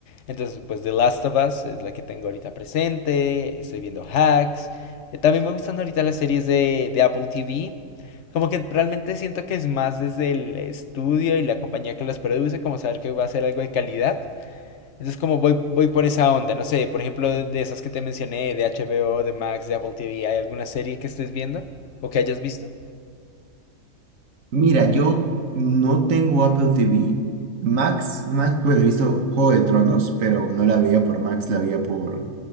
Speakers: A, on the left; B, on the right.
A: Entonces, pues The Last of Us es la que tengo ahorita presente. Estoy viendo Hacks. Eh, También me gustan ahorita las series de, de Apple TV. Como que realmente siento que es más desde el estudio y la compañía que las produce, como saber que va a ser algo de calidad entonces como voy, voy por esa onda, no sé, por ejemplo, de, de esas que te mencioné, de HBO, de Max, de Apple TV, ¿hay alguna serie que estés viendo o que hayas visto?
B: Mira, yo no tengo Apple TV. Max, Max, pues he visto Juego de Tronos, pero no la veía por Max, la veía por,